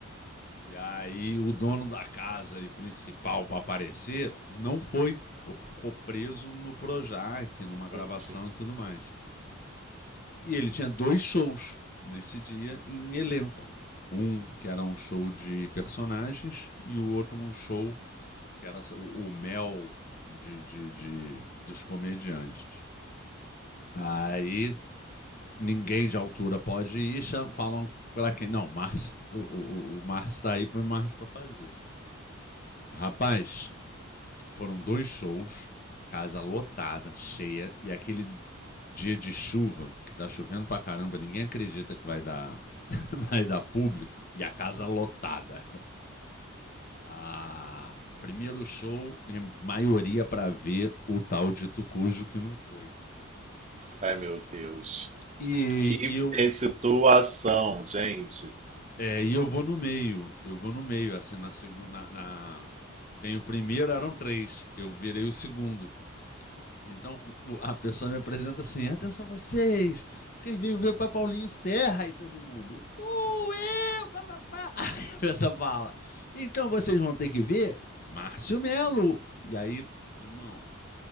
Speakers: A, on the left; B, on the right.
A: E aí o dono da casa e principal para aparecer não foi, porque ficou preso no Projac, numa gravação
B: Gente,
A: e tudo mais. E ele tinha dois shows nesse dia em elenco. Um que era um show de personagens e o outro um show que era o, o mel de, de- de- dos comediantes. Aí ninguém de altura pode ir, falam para quem? Não, o Márcio, o, o, o Márcio tá aí, para o Márcio pra fazer. Rapaz, foram dois shows, casa lotada, cheia, e aquele dia de chuva, que tá chovendo pra caramba, ninguém acredita que vai dar, <laughs> vai dar público, e a casa lotada. Ah, primeiro show, em maioria pra ver o tal de Tucujo que não foi.
B: ai meu Deus.
A: E,
B: Que
A: e eu,
B: situação, gente.
A: é, e eu vou no meio, eu vou no meio, assim, na segunda, na- na... Tem o primeiro, eram três. Eu virei o segundo. Então a pessoa me apresenta assim: atenção vocês, quem veio ver para Paulinho Serra e todo mundo. Ué, pá, pá, pá. <laughs> Aí a pessoa fala: então vocês vão ter que ver Márcio Melo. E aí, irmão,